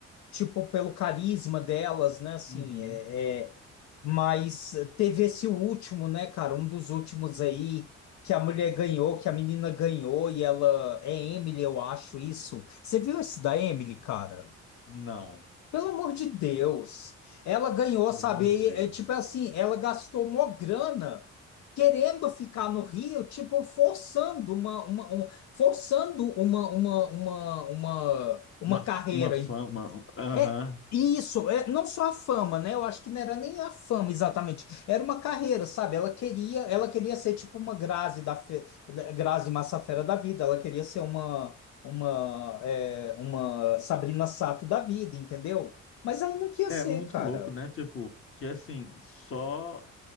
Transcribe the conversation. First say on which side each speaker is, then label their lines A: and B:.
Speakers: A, on the left; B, on the left.
A: tipo, pelo carisma delas, né? Assim,
B: Uhum.
A: é, é- mas teve esse último, né, cara? Um dos últimos aí que a mulher ganhou, que a menina ganhou e ela é Emily, eu acho isso. Você viu esse da Emily, cara?
B: Não,
A: Pelo amor de Deus. Ela ganhou,
B: não
A: sabe?
B: vi.
A: É, tipo assim, ela gastou uma grana querendo ficar no Rio, tipo, forçando uma, uma, um- forçando uma, uma, uma, uma,
B: Uma,
A: uma carreira,
B: uma fama. Aham.
A: é isso, é não só a fama, né? Eu acho que não era nem a fama exatamente, era uma carreira, sabe? Ela queria, ela queria ser tipo uma Grazi da, fe, da Grazi Massafera da vida, ela queria ser uma uma é, uma Sabrina Sato da vida, entendeu? Mas ela não queria
B: É
A: ser,
B: muito
A: cara.
B: louco, né? Tipo, que assim, só